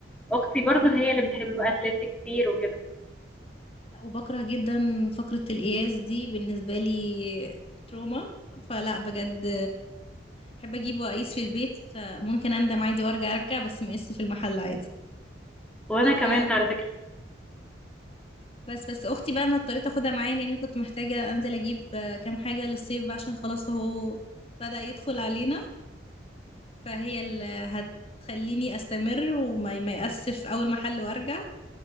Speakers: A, in the centre; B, on the left.
A: اختي برضو
B: بالظبط
A: هي اللي بتحب بقى تلف كتير وكده
B: لا، وبكره جدا فقرة القياس دي بالنسبة لي تروما فلا بجد بحب اجيبه واقيس في البيت ممكن اندم عادي وارجع ارجع بس مقيس في المحل عادي
A: وانا
B: بكره
A: كمان
B: أوي.
A: على فكره
B: بس بس اختي بقى انا اضطريت اخدها معايا لاني كنت محتاجة انزل اجيب آه، كام حاجة للصيف بقى عشان خلاص اهو بدأ يدخل علينا فهي اللي هتخليني استمر وما ما يأسف اول محل وارجع